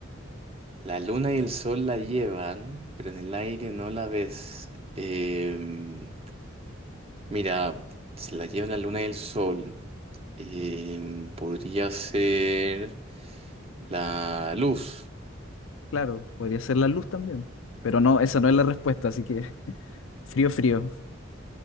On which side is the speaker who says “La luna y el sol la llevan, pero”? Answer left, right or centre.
Right